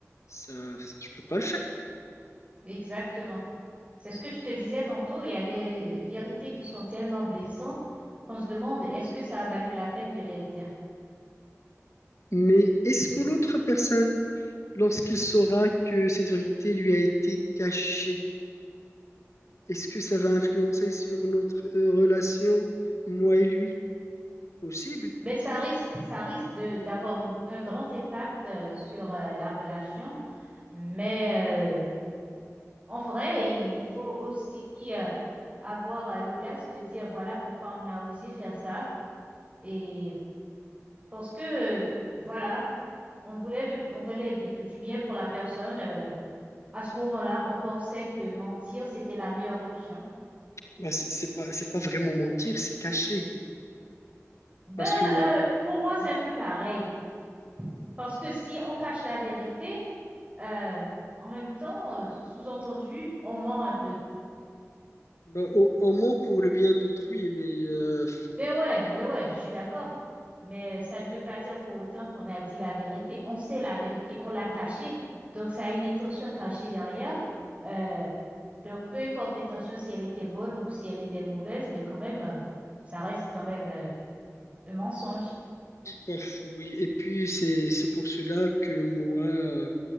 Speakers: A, on the left (about 65°); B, on the right (about 25°).
A: Ça, je peux pas le faire.
B: exactement. C'est ce que je te disais tantôt, il y a des vérités qui sont tellement blessantes qu'on se demande est-ce que ça a valu la peine de les dire.
A: Mais est-ce que l'autre personne, lorsqu'il saura que cette vérité lui a été cachée, est-ce que ça va influencer sur notre euh, relation, moi et lui? Possible.
B: Mais ça risque, ça risque de d'avoir une- un grand impact euh, sur euh, la relation. Mais euh, en vrai, il faut aussi euh, avoir euh, l'audace de dire voilà pourquoi on a osé faire ça. Et parce que euh, voilà, on voulait le, on voulait bi- du bien pour la personne. euh, à ce moment-là, on pensait que mentir, c'était la meilleure option.
A: Bah, c'est c'est pas, c'est pas vraiment mentir, c'est cacher.
B: Ben,
A: Parce que moi,
B: euh, pour moi, c'est
A: on,
B: un peu pareil. Parce que si on cache la vérité, Euh, en même temps, euh, sous-entendu, on ment un peu.
A: bah, on- on ment pour le bien d'autrui, mais euh,
B: Ben ouais, ben ouais, je suis d'accord. Mais euh, ça ne veut pas dire pour autant qu'on a dit la vérité. On sait la vérité, on l'a cachée. Donc, ça a une intention cachée derrière. Euh, donc, peu importe l'intention, si elle était bonne ou si elle était mauvaise, mais quand même, euh, ça reste quand même euh, un mensonge.
A: paf, oui. Et puis, c'est, c'est pour cela que moi, euh,